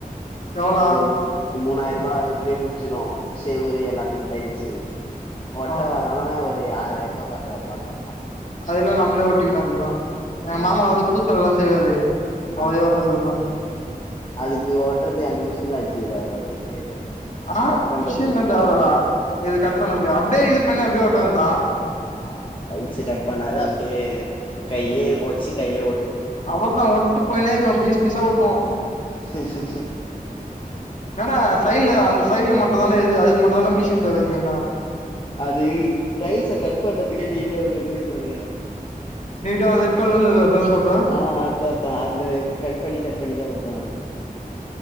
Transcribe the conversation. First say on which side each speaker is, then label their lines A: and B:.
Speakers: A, on the left; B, on the left.
A: எவ்ளோ
B: ஒரு மூணாய்ருபா அதுக்குள்ளயே முட்ஞ்சிடு செவுரு எல்லாத்துக்கு டைல்சு போட்டா
A: ஆ
B: ஒரு ஆராய ருபா பத்தாய ருபா கேப்பா
A: அதுல்லா நம்ளே ஒட்டிக்கினு அதுதா எங்க
B: ஆ
A: மாமா வந்து பூசுவேலல்லா செய்வாரு
B: ஆ
A: அவரே ஓட்ட சொல்லுவே
B: அதுக்கு ஒட்டுறதுத்கு அந்த மிஷின்ல வச்சுக்கிறார அவரு
A: அ
B: கட் பண்றதுக்கு
A: மிஷின்ல
B: ஒண்ணு
A: தேவலடா இது கட் பண்ணது அப்டியே இது பண்ணி அப்டியே ஒட்ட வேண்ட்தா
B: ஆ டைல்ஸ் கட் பண்ணாத அப்டியே கையிலேயே ஒட்ச்சி கைய்லியே
A: அவ்ளோதா ஒட்னு போயினே இருக்கு பீஸ் பீஸா ஒட்டுவோ
B: <inaudible>
A: என்னாடா சைட்ல அந்த சைட்ல மட்டு தான்டா எது அதுக்கு மட்டு தான்டி மிஷின் தேவ மெயினா
B: அது டைல்ஸ்ச கட் பண்றதுக்கே நீட்டா ஒண்ணு வச்சிருபாருடா
A: நீடா அந்த ரெட் கலர்ல அதா சொல்ற
B: ஆ அதா அதா அதுல கட் பண்ணி கட் பண்ணிதா ஒட்டுவானுங்க